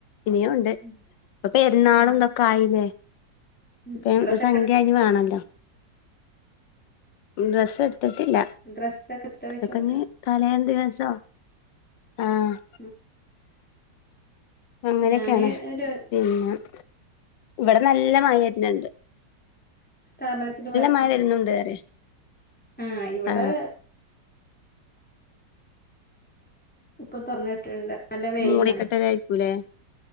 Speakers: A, on the left; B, in the centre.
A: ഇനിയൂണ്ട്
B: ഉം
A: പ്പ പെരുന്നാളും
B: ഉം
A: തൊക്കെ ആയില്ലേ
B: ഉം
A: പേ
B: ഡ്രസ്സൊക്കെ
A: സംഖ്യാ അയിന് വേണല്ലോ ഡ്രസ്സ് എടുത്തിട്ടില്ല
B: ഡ്രസ്സൊക്കെടൂ ത്തോ
A: അതൊക്കെ
B: ചോയിക്കാ
A: ഇനി തലേ ദിവസം ആഹ്
B: ഉം
A: അങ്ങനെയക്കെയാണ്
B: ഞാന് ഒരു
A: പിന്നെ ഇവടെ നല്ല മഴരുന്ണ്ട്
B: സ്ഥാപനത്തിന് വർക്ക്ലഉം
A: മഴ വരുന്നുണ്ട് പറയാ
B: ആഹ് ഇവടെ
A: ആ
B: ഇപ്പൊ തൊറന്നിട്ട്ണ്ട് നല്ല വെയില്ലണെ
A: മൂടിക്കെട്ടലായിരിക്കൂലേ